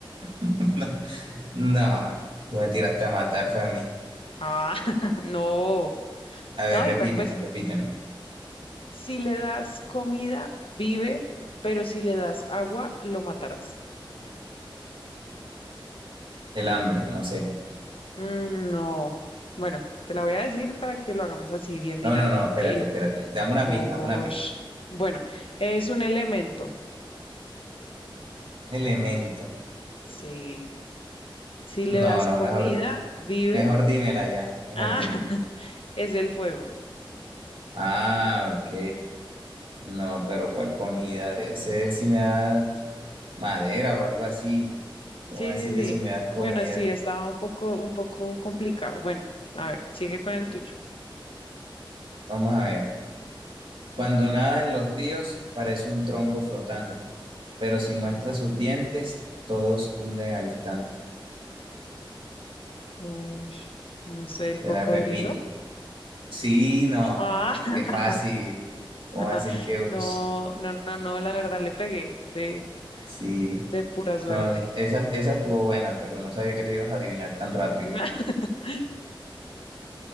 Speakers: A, on the right; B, on the left.
A: <laughs> No, no, tú me tiraste a matar, fue a mí.
B: Ah, <laughs> no.
A: A ver,
B: No,
A: repíteme,
B: igual pues.
A: repíteme.
B: Si le das comida, vive, pero si le das agua, lo matarás.
A: El hambre, no sé.
B: Mm, no. Bueno, te la voy a decir para que lo hagamos así bien dinámico.
A: No, no, no, espérate,
B: El
A: espérate. Dame una
B: Osh.
A: pista, dame una pista.
B: Bueno, es un elemento.
A: Elemento.
B: Sí. Si le
A: No,
B: das
A: no,
B: comida,
A: mejor,
B: vive.
A: mejor dímela ya, mejor
B: Ah,
A: dímela.
B: <laughs> es el fuego.
A: Ah, ok. No, pero ¿cuál comida? Debe ser si me da madera o algo así. ¿Cómo
B: Sí,
A: así
B: sí,
A: que si me
B: sí.
A: das comida?
B: Bueno, sí, estaba un poco, un poco complicado. Bueno, a ver, sigue con el tuyo.
A: Vamos a ver. Cuando nada en los ríos parece un tronco flotante, pero si muestra sus dientes, todos hunden al instante.
B: Ush, no sé, el
A: Te
B: cocodrilo.
A: la repito. Sí, no,
B: Ah, <laughs>
A: qué fácil. ¿Cómo
B: <laughs>
A: así que, ush?
B: No, no, no, no, la verdad le pegué de,
A: Sí.
B: de pura suerte.
A: No, esa, esa estuvo buena, pero no sabía que le ibas a adivinar tan rápido.
B: <laughs>